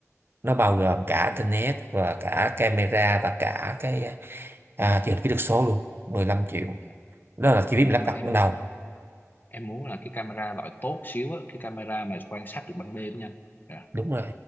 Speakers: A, on the right (about 45°); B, on the left (about 35°).
A: nó bao gồm cả internet và cả camera và cả cái ờ, à, truyền hình kỹ thuật số luôn 15 triệu
B: dạ.
A: đó là chi phí
B: Nhưng
A: mình lắp
B: mà
A: đặt
B: em
A: ban
B: muốn
A: đầu
B: em muốn là cái camera loại tốt xíu á, cái camera mà quan sát được ban đêm nha. anh. Dạ.
A: đúng rồi